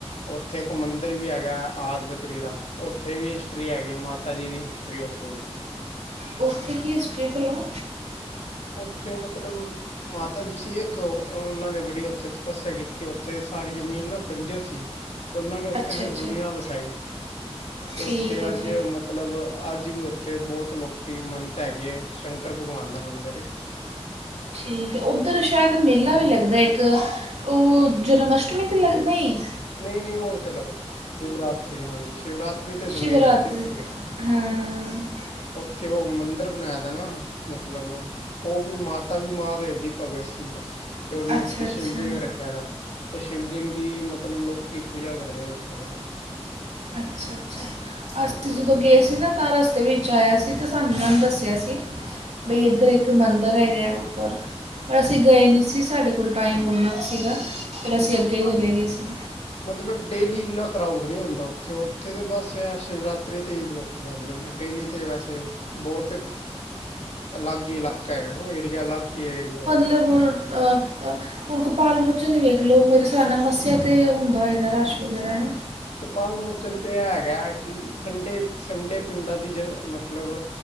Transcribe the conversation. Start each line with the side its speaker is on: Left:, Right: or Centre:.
Left: ਓਥੇ ਇੱਕ ਮੰਦਰ ਵੀ ਹੈਗਾ ਆਦ ਬਦਰੀ ਦਾ। ਓਥੇ ਵੀ ਹਿਸਟਰੀ ਹੈਗੀ ਐ ਮਾਤਾ ਜੀ ਦੀ ਹਿਸਟਰੀ ਐ ਓਥੇ ਵੀ।
Right: ਓਥੇ ਕੀ ਹਿਸਟਰੀ ਭਲੋਂ
Left: ਓਥੇ ਮਤਲਬ ਮਾਤਾ ਜੀ ਸੀ ਇੱਕ ਓਨਾਂ ਨੇ ਬੜੀ ਓਥੇ ਤਪੱਸਿਆ ਕੀਤੀ ਓਥੇ ਸਾਰੀ ਜ਼ਮੀਨ ਨਾ ਬੰਜਰ ਸੀ। ਤੇ ਓਨਾਂ ਨੇ ਓਥੇ
Right: ਅੱਛਾ
Left: ਫਿਰ
Right: ਅੱਛਾ
Left: ਦੁਨੀਆਂ ਵਸਾਈ, ਤੇ
Right: ਠੀਕ
Left: ਓਥੇ
Right: ਹੈ
Left: ਅੱਜ
Right: ਜੀ
Left: ਮ ਮਤਲਬ ਅੱਜ ਵੀ ਓਥੇ ਬੋਤ ਲੋਕ ਮੰਨਤ ਹੈਗੇ ਐ ਸ਼ੰਕਰ ਭਗਵਾਨ ਦਾ ਮੰਦਰ ਕੇ
Right: ਠੀਕ ਐ ਓਦਰ ਸ਼ੈਦ ਮੇਲਾ ਵੀ ਲੱਗਦਾ ਇੱਕ। ਓ ਜਨਮਸ਼ਟਮੀ ਤੇ ਲੱਗ ਨਈਂ
Left: ਨਈੰ-ਨਈਂ ਹੋਰ ਤੇ ਲੱਗਦਾ ਸ਼ਿਵਰਾਤਰੀ ਹਾਂਜੀ ਸ਼ਿਵਰਾਤਰੀ ਤੇ ਦੁਨੀਆਂ
Right: ਸ਼ਿਵਰਾਤਰੀ
Left: ਜਾਂਦੀ ਏ ਓਥੇ।
Right: ਤੇ ਹਾਂ।
Left: ਓਥੇ ਓ ਮੰਦਰ ਬਨਾਏਆ ਦਾ ਨਾ ਮਤਲਬ ਓ ਵੀ ਮਾਤਾ ਵੀ ਮਹਾਂਦੇਵ ਦੀ ਭਗਤ ਸੀ। ਤੇ ਓਨੂੰ
Right: ਅੱਛਾ ਅੱਛਾ
Left: ਸ਼ਿਵਲਿੰਗ ਰੱਖੇਆ ਦਾ, ਓ ਸ਼ਿਵਲਿੰਗ ਦੀ ਮਤ ਮਤਲਬ ਲੋਕੀ ਪੂਜਾ ਕਰਦੇ ਨੇ ਓਥੇ ਜਾ ਕੇ।
Right: ਅੱਛਾ-ਅੱਛਾ, ਅਸੀਂ
Left: ਹਾਂਜੀ
Right: ਤੇ ਜਦੋਂ
Left: ਹਾਂਜੀ
Right: ਗਏ ਸੀ ਨਾ ਤਾਂ ਰਸਤੇ ਵਿੱਚ ਆਏਆ ਸੀ ਤੇ ਸਾਨੂੰ ਓਨਾਂ ਨੂੰ ਦੱਸੇਆ ਸੀ। ਬਈ ਏਦਰ ਇੱਕ ਮੰਦਰ ਹੈਗਾ ਉੱਪਰ। ਪਰ ਅਸੀਂ ਗਏ ਨੀ ਸੀ ਸਾਡੇ ਕੋਲ ਟਾਈਮ ਓਨਾ ਕੁ ਸੀਗਾ, ਫਿਰ ਅਸੀਂ ਅੱਗੇ
Left: ਹਾਂ,
Right: ਚਲੇ ਗਏ ਸੀ।
Left: ਮਤਲਬ ਡੇਲੀ ਇੰਨਾ ਕਰਾਊਡ ਨੀ ਹੁੰਦਾ ਓਥੇ-ਓਥੇ ਤੇ ਬਸ ਐ ਸ਼ਿਵਰਾਤਰੀ ਤੇ ਈ ਲੋ ਜਾਂਦੇ ਨੇ ਡੇਲੀ ਤੇ ਵੈਸੇ ਬੋਤ ਏ ਅਲੱਗ ਈ ਲਾਕਾ ਹੈਗਾ ਨਾ ਓ ਏਰੀਆ ਅਲੱਗ ਈ ਏਰੀਆ ਹੈਗਾ।
Right: ਲਬਵਾਂ ਔਰ ਕਾ ਹੁਨ ਕਪਾਲ ਮੋਚਨ ਈ ਵੇਖ ਲੋ ਮੇਰੇ ਸਾਬ ਨਾਲ ਮੱਸਿਆ ਤੇ ਹੁੰਦਾ ਹੋਏਗਾ ਰਸ਼ ਵਗੈਰਾ ਹਨਾ।
Left: ਕਪਾਲ ਮੋਚਨ ਤੇ ਹੈਗਾ ਕੀ ਸੰਡੇ-ਸੰਡੇ ਪਿੰਡਾਂ ਦੀ ਜੇ ਮਤਲਬ